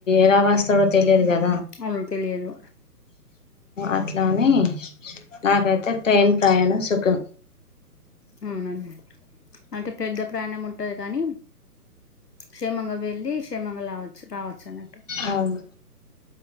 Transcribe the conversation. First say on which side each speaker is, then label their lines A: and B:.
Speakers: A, on the left; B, on the left.
A: ఎలా వస్తాడో తెలియదు కదా.
B: అవును తెలియదు.
A: అట్లాని నాకైతే ట్రైన్ ప్రయాణం సుఖం.
B: అవునండి అంటే పెద్ద ప్రయాణం ఉంటది కానీ క్షేమంగా వెళ్ళి క్షేమంగా లావచ్చు రావచ్చు అన్నట్టు.
A: అవును